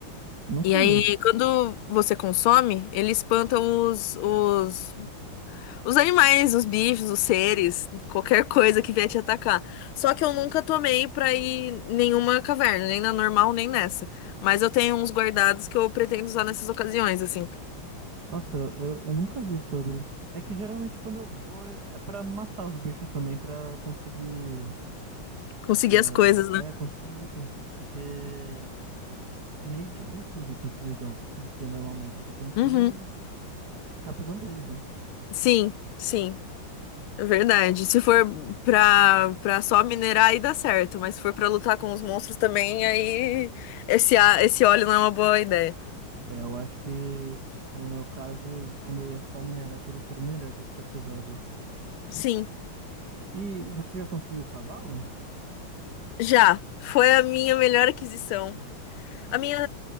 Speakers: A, on the right; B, on the left.
A: Nunca
B: E aí,
A: usei.
B: quando você consome, ele espanta os, os Os animais, os bichos, os seres, qualquer coisa que vier te atacar. Só que eu nunca tomei pra ir em nenhuma caverna, nem na normal, nem nessa. Mas eu tenho uns guardados que eu pretendo usar nessas ocasiões, assim.
A: Nossa, eu, eu nunca vi sobre. É que geralmente quando eu vou é pra matar os bichos também, pra conseguir.
B: Conseguir
A: É,
B: as coisas, né?
A: é, conseguir item. Porque é meio difícil os itens que eles dão de ter normalmente, porque tem que
B: Uhum.
A: ficar pegando deles, né?
B: Sim, sim, é verdade. Se for pra, pra só minerar, aí dá certo. Mas se for pra lutar com os monstros também, aí esse, a- esse óleo não é uma boa ideia.
A: É, eu acho que no meu caso, quando eu ia só minerar, teria sido melhor se eu tivesse usado isso.
B: Sim,
A: E você já conseguiu o cavalo?
B: já. Foi a minha melhor aquisição. A minha.